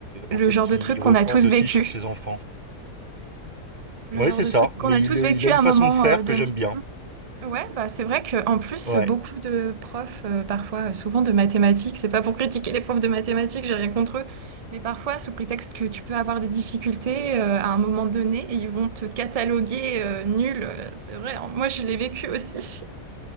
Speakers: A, on the right; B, on the right.
A: Le
B: en fait,
A: genre
B: qui
A: de truc
B: reportent
A: qu'on a tous
B: aussi
A: vécu.
B: sur ses enfants.
A: Le
B: Ouais,
A: genre
B: c'est
A: de
B: ça.
A: truc qu'on
B: Mais
A: a tous
B: il, il
A: vécu
B: a une
A: à un
B: façon
A: moment
B: de faire
A: euh, donné.
B: que j'aime bien.
A: Ouais, bah c'est vrai que en plus
B: Ouais.
A: beaucoup de profs euh, parfois euh, souvent de mathématiques, c'est pas pour critiquer les profs de mathématiques, j'ai rien contre eux, mais parfois sous prétexte que tu peux avoir des difficultés euh, à un moment donné, ils vont te cataloguer euh, nul, euh, c'est vrai. hein. Moi je l'ai vécu aussi,